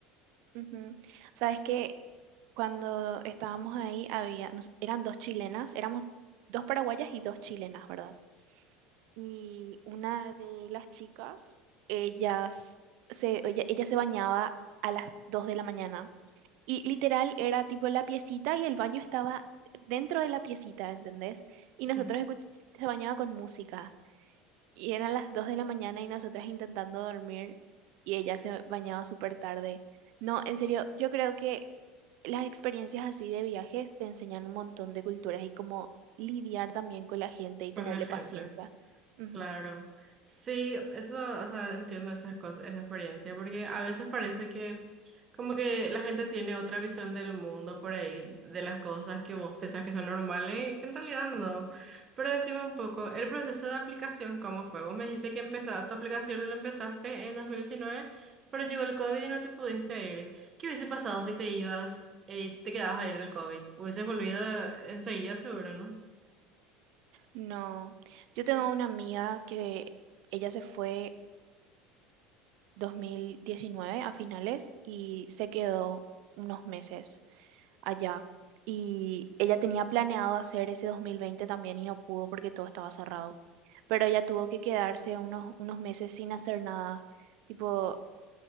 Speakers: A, on the right (about 65°); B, on the right (about 30°).
A: ujú. Sabes que cuando estábamos ahí había, nos- eran dos chilenas, éramos dos paraguayas y dos chilenas, ¿verdad? Y una de las chicas, ellas se, ella, ella se bañaba a las 2 de la mañana. Y literal era tipo la piecita y el baño estaba dentro de la piecita, ¿entendés? Y
B: <laughs>
A: nosotros escuch- se bañaba con música. Y eran las 2 de la mañana y nosotras intentando dormir y ella se bañaba súper tarde. No, en serio, yo creo que las experiencias así de viajes te enseñan un montón de culturas y cómo lidiar también con la gente y tenerle
B: Con la gente.
A: paciencia. Ujú.
B: Claro. Sí, eso, o sea, entiendo esas cosas, esa experiencia, porque a veces parece que como que la gente tiene otra visión del mundo por ahí, de las cosas que vos pensás que son normales, que en realidad no. Pero decime un poco, el proceso de aplicación, ¿cómo fue? Vos me dijiste que empezaba tu aplicación la empezaste en 2019, pero llegó el COVID y no te pudiste ir. ¿Qué hubiese pasado si te ibas y te quedabas ahí en el COVID? Hubieses volvido enseguida, seguro, ¿no?
A: No, yo tengo
B: <laughs>
A: una amiga que ella se fue 2019 a finales y se quedó unos meses allá. Y ella tenía planeado hacer ese 2020 también y no pudo porque todo estaba cerrado. Pero ella tuvo que quedarse unos, unos meses sin hacer nada. Tipo,